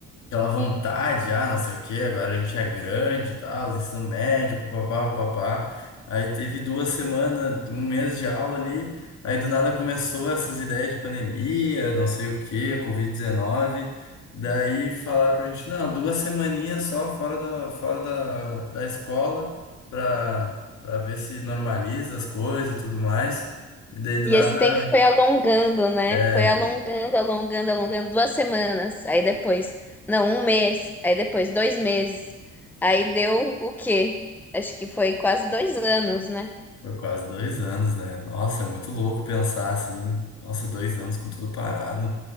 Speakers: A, on the left (about 70°); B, in the centre.
A: Aquela vontade, ah, não sei o quê, agora a gente é grande e tal, ensino médio, papapá, papapá. Aí teve duas semanas, um mês de aula ali, aí do nada começou essas ideias de pandemia, não sei o quê, Covid-19. Daí falaram pra gente, não, duas semaninhas só fora da, fora da, da escola pra, pra ver se normaliza as coisas e tudo mais. E daí do
B: E
A: nada.
B: esse tempo foi alongando, né?
A: é,
B: Foi alongando, alongando, alongando duas semanas. Aí depois, não, um mês. Aí depois, dois meses. Aí deu o quê? Acho que foi quase dois anos, né?
A: Foi quase dois anos, né? Nossa, é muito louco pensar assim. Nossa, dois anos com tudo parado.